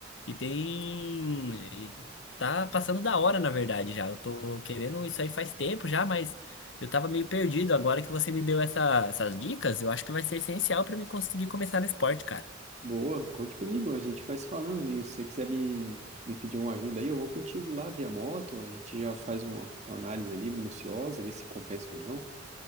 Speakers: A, on the left (about 70°); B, on the right (about 40°).
A: E tem. eh, Tá passando da hora, na verdade, já. Eu tô querendo isso aí faz tempo já, mas eu tava meio perdido. Agora que você me deu essa- essas dicas, eu acho que vai ser essencial pra mim conseguir começar no esporte, cara.
B: Boa, conte comigo, a gente vai se falando. E se você quiser me, me pedir uma ajuda aí, eu vou contigo lá via moto, a gente já faz uma, uma análise ali minuciosa, ver se compensa ou não.